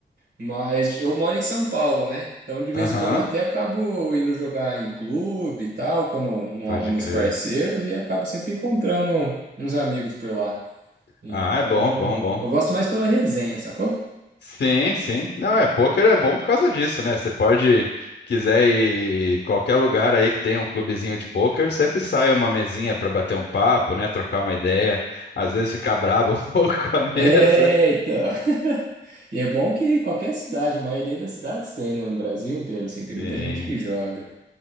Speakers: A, on the right; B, on the left.
A: Mas eu moro em São Paulo, né? Então de vez
B: Aham,
A: em quando até acabo indo jogar em clube e tal, quando não
B: pode
A: arrumo
B: crer.
A: os parceiros e acabo sempre encontrando uns amigos por lá. Então,
B: Ah, é bom, bom, bom.
A: eu gosto mais pela resenha, sacou?
B: Sim, sim. Não, é, pôquer é bom por causa disso, né? Você pode, quiser ir em qualquer lugar aí que tenha um clubezinho de pôquer, sempre sai uma mesinha para bater um papo, né? Trocar uma ideia, às vezes ficar brabo um <laughs> pouco com a mesa.
A: É, então. <laughs> E é bom que qualquer cidade, a maioria das cidades tem, né? No Brasil inteiro, assim, tem muita
B: Sim,
A: gente que joga.